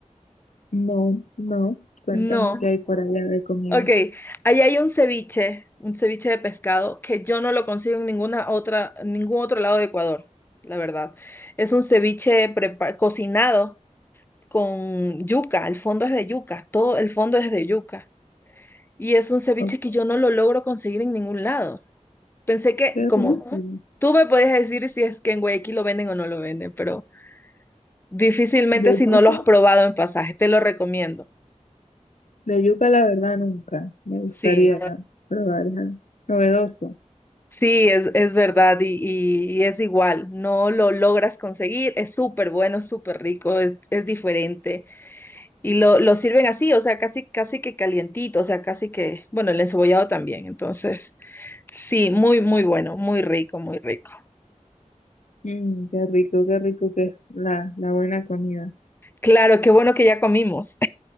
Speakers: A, on the left (about 70°); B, on the left (about 15°).
A: No, no, cuéntame
B: No,
A: qué hay por allá de comida.
B: Ok, ahí hay un ceviche, un ceviche de pescado que yo no lo consigo en ninguna otra, en ningún otro lado de Ecuador, la verdad. Es un ceviche prepa- cocinado con yuca, el fondo es de yuca, todo el fondo es de yuca. Y es un ceviche
A: Ok,
B: que yo no lo logro conseguir en ningún lado. Pensé que,
A: qué
B: como
A: rico.
B: Ujú. tú me podías decir si es que en Guayaquil lo venden o no lo venden, pero difícilmente
A: De
B: si no
A: yuca,
B: lo has probado en pasaje, te lo recomiendo.
A: de yuca la verdad nunca. Me gustaría
B: Sí.
A: probar es algo novedoso.
B: Sí, es, es verdad y, y- y es igual, no lo logras conseguir, es súper bueno, súper rico, es, es diferente y lo, lo sirven así, o sea, casi, casi que calientito, o sea, casi que, bueno, el encebollado también, entonces, sí, muy, muy bueno, muy rico, muy rico.
A: Mm, qué rico, qué rico que es la, la buena comida.
B: Claro, qué bueno que ya comimos,